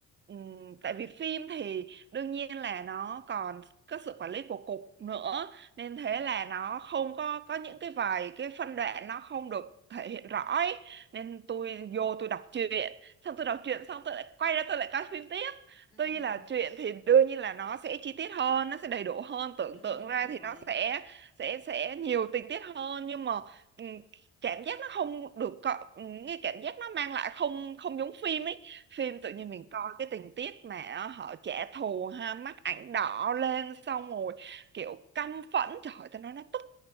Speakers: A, on the right; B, on the left.
A: ừm, tại vì phim thì đương nhiên là nó còn có sự quản lý của cục nữa nên thế là nó không có có những cái vài cái phân đoạn nó không được thể hiện rõ ấy. Nên tôi vô tôi đọc truyện, xong tôi đọc truyện xong tôi lại quay ra tôi lại coi phim tiếp
B: ừ,
A: tuy là chuyện thì đương nhiên là nó sẽ chi tiết hơn nó sẽ đầy đủ hơn tưởng
B: đương
A: tượng
B: nhiên
A: ra
B: rồi
A: thì nó sẽ sẽ sẽ nhiều tình tiết hơn nhưng mà ừm, cảm giác nó không được có ừm, cái cảm giác nó mang lại không không giống phim ấy phim tự nhiên mình coi cái tình tiết mà họ trả thù ha mắt ảnh đỏ lên xong rồi kiểu căm phẫn trời ơi, tao nói nó tức